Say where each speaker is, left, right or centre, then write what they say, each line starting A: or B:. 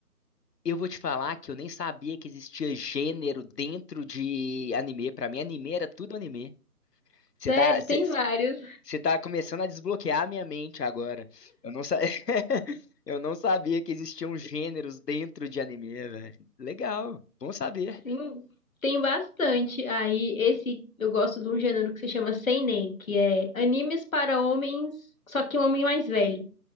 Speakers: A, on the left; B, on the left.
A: Eu vou te falar que eu nem sabia que existia gênero dentro de anime. Pra mim, anime era tudo anime. Você
B: Sério,
A: tá, você,
B: tem vários.
A: você tá começando a desbloquear a minha mente agora. Eu não, sa... <laughs> eu não sabia que existiam gêneros dentro de anime, velho. Legal, bom saber.
B: Sim, tem bastante. Aí, esse eu gosto de um gênero que se chama seinen, que é animes para homens, só que um homem mais velho.